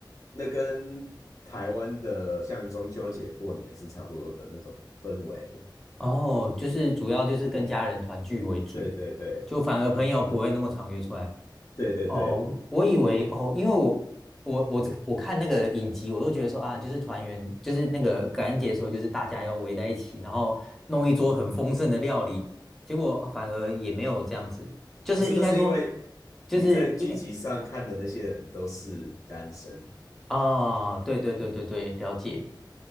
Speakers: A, on the left; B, in the centre.
A: 那跟台湾的像中秋节过年是差不多的那种氛围。
B: 哦，就是主要就是跟家人团聚为主，
A: 对对对
B: 就反而朋友不会那么常约出来。
A: 对对对，
B: 哦，我以为哦，因为我我我这我看那个影集，我都觉得说啊，就是团圆，就是那个感恩节的时候，就是大家要围在一起，然后弄一桌很丰盛的料理，结果呃反而也没有这样子，就是应该说，
A: 可是那是因为你在剧集上看的那些人都是单身，
B: 就是应该啊，对对对对对，了解。